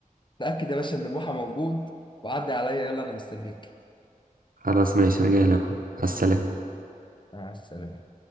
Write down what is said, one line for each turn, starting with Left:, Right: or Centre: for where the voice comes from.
Left: تاكد يا باشا ان بوحه موجود وعدي عليا يلا انا مستنيك
Right: خلاص ماشي انا جاي لكم على السلامة
Left: مع السلامة